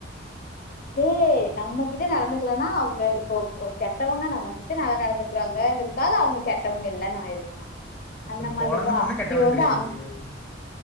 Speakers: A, on the left; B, in the centre.
A: டே நம்மகிட்ட நடந்துக்கலனா அவுங்க ஓ ஓ கெட்டவங்க நம்மகிட்ட நல்லா நடந்துக்கிறாங்கங்கிறதுக்காக அவுங்க கெட்டவுங்க இல்லன்னு ஆயிருமா
B: அப்ப
A: அந்த மாதிரிதா
B: கொழந்த பொண்ணு கெட்டவன்றியா
A: இவ வந்து அந்
B: நீயி